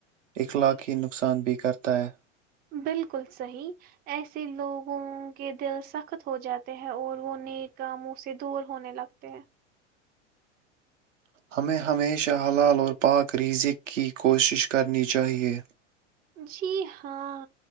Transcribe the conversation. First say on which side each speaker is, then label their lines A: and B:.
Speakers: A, on the right; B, on the right.
A: اخلاقی نقصان بھی کرتا ہے
B: بالکل صحی ایسے لوگ گھوم کے دل سخت ہو جاتا ہیں اور وہ نئے کاموں سے دور ہونے لگتے ہیں
A: ہمیں ہمیشہ حلال اور پاک ریزک کی کوشش کرنی چاہیے
B: جی ہاں